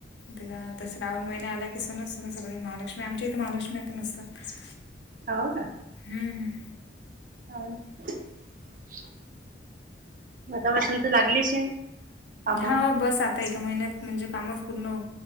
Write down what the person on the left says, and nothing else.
ते तस रावण महिन्या आला कि सन असत ना सगळी महालक्ष्मी आमच्या इथे महालक्ष्मी पण असत अस
हम् ह.
हो बस आता एका महिन्यात म्हणजे कामच पूर्ण हो